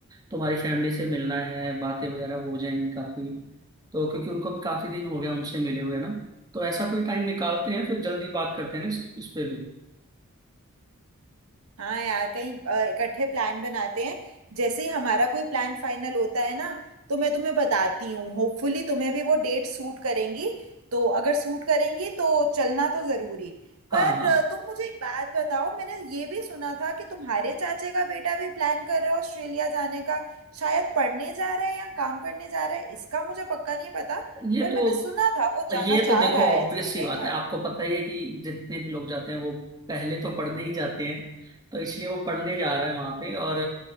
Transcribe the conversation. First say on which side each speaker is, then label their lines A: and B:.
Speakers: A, on the right; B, on the right.
A: तुम्हारी फैमिली से मिलना है बातें वगैरह हो जाएंगी काफी तो क्योंकि उनको भी काफी दिन हो गया उनसे मिले हुए ना तो ऐसा कोई टाइम निकालते हैं फिर जल्दी बात करते हैं ना इस, इस पे भी
B: हाँ यार कहीं अ, इकट्ठे प्लान बनाते हैं जैसे ही हमारा कोई प्लान फाइनल होता है ना तो मैं तुम्हें बताती हूँ होपफुली तुम्हें भी वो डेट सूट करेंगी तो अगर सूट करेंगी तो चलना तो जरूरी
A: हाँ
B: पर
A: हाँ
B: अ, तुम मुझे एक बात बताओ मैंने ये भी सुना था कि तुम्हारे चाचे का बेटा भी प्लान कर रहा है ऑस्ट्रेलिया जाने का शायद पढ़ने जा रहा है या काम करने जा रहा है इसका मुझे पक्का नहीं पता
A: ये
B: पर
A: तो
B: मैंने सुना था वो जाना
A: ये
B: चाह
A: तो देखो
B: रहा
A: ऑब्वियस
B: है
A: सी
B: है
A: बात
B: क्या
A: है आपको पता ही है कि जितने भी लोग जाते हैं वो पहले तो पढ़ने ही जाते हैं तो इसलिए वो पढ़ने जा रहा है वहां पे और